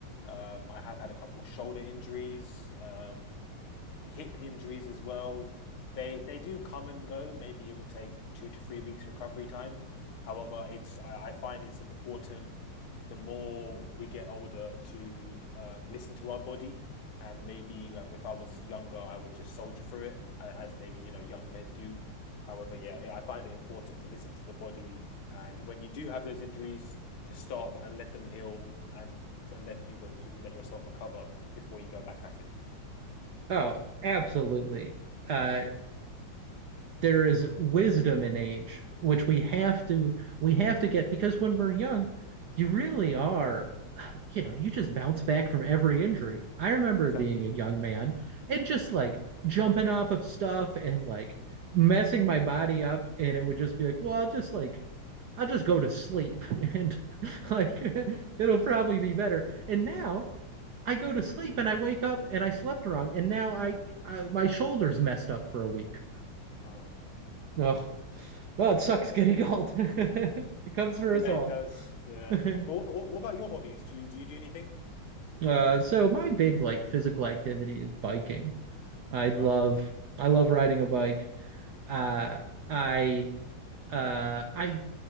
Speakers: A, on the left; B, on the right.
A: Um, I have had a couple shoulder injuries. Um, hip injuries as well. They they do come and go. Maybe it will take two to three weeks recovery time. However, it's I, I find it's important the more we get older to um, listen to our body and maybe like, if I was younger, I would just soldier through it as maybe you know young men do. However, yeah, I find it important to listen to the body, and when you do have those injuries, to stop and let them heal and let you, you let yourself recover before you go back at it.
B: Oh, absolutely. Uh, there is wisdom in age, which we
A: Mm-hmm.
B: have to we have to get because when we're young, you really are, <sighs> you know, you just bounce back from every injury. I remember
A: Exactly.
B: being a young man and just like jumping off of stuff and like messing my body up, and it would just be like, well, I'll just like I'll just go to sleep <laughs> and like <laughs> it'll probably be better. And now I go to sleep and I wake up and I slept wrong, and now I uh, my shoulders messed up for a week.
A: Oh,
B: Oh, oh it sucks
A: yeah.
B: getting
A: <laughs>
B: old. <laughs> it comes for
A: Yeah,
B: us all.
A: it does. Yeah.
B: <laughs> uh,
A: But what, what, what about your hobbies? Do you do you do anything?
B: so my big like physical activity is biking. I
A: Oh,
B: love
A: wow.
B: I love riding a bike. Uh, I uh, I